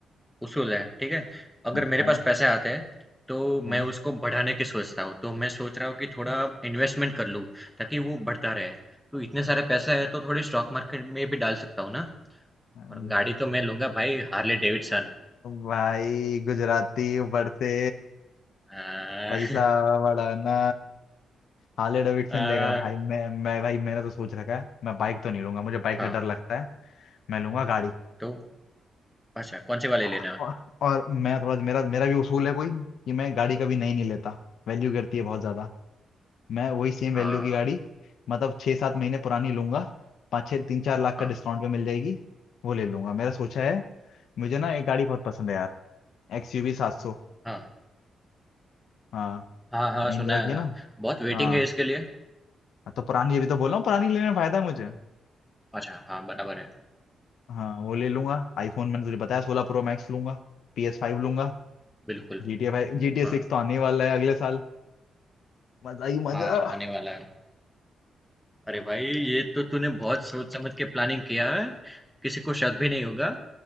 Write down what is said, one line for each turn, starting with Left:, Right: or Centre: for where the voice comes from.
Centre: उसूल है, ठीक है? अगर
Left: हाँ
Centre: मेरे
Left: हाँ
Centre: पास पैसे आते हैं तो
Left: हाँ।
Centre: मैं उसको बढ़ाने की सोचता हूँ। तो मैं सोच रहा हूँ कि थोड़ा इन्वेस्टमेंट कर लूँ ताकि वो बढ़ता रहे। तो इतने सारे पैसे हैं तो थोड़े स्टॉक मार्केट में भी डाल सकता हूँ ना?
Left: हाँ,
Centre: और गाड़ी तो मैं लूँगा भाई हार्ले डेविडसन।
Left: भाई गुजराती ऊपर से
Centre: <laughs> अ,
Left: पैसा बढ़ाना हार्ले डेविडसन
Centre: अ,
Left: लेगा भाई मैं मैं भाई मैंने तो सोच रखा है मैं बाइक तो नहीं लूंगा मुझे बाइक से
Centre: हाँ,
Left: डर लगता है मैं लूंगा गाड़ी
Centre: तो अच्छा कौन से वाले लेना
Left: और,
Centre: है?
Left: और मैं थोड़ा मेरा मेरा भी उसूल है कोई कि मैं गाड़ी कभी नई नहीं लेता वैल्यू गिरती है बहुत ज्यादा मैं वही सेम
Centre: हाँ,
Left: वैल्यू की गाड़ी मतलब छः सात महीने पुरानी लूंगा पाँच छः तीन चार लाख
Centre: हाँ,
Left: का डिस्काउंट पे मिल जाएगी वो ले लूंगा मेरा सोचा है मुझे ना एक गाड़ी बहुत पसंद है यार एक्सयूवी सात सौ
Centre: हाँ।
Left: हाँ
Centre: हाँ, हाँ,
Left: महिंद्रा
Centre: सुना
Left: की
Centre: है,
Left: है
Centre: हाँ।
Left: ना
Centre: बहुत वेटिंग
Left: हाँ
Centre: है इसके लिए?
Left: तो पुरानी अभी तो बोल रहा हूँ पुरानी लेने में फायदा है मुझे
Centre: अच्छा, हाँ, बराबर है।
Left: हाँ वो ले लूंगा आईफोन मैंने तुझे बताया सोलह प्रो मैक्स लूंगा पी एस फाइव लूंगा
Centre: बिल्कुल,
Left: जी टी ए फाइव जी टी ए
Centre: हाँ,
Left: सिक्स तो आने ही वाला है अगले साल मजा ही मजा
Centre: हाँ, आने वाला है। अरे भाई, ये तो तूने बहुत सोच समझ के प्लानिंग किया है। किसी को शक भी नहीं होगा।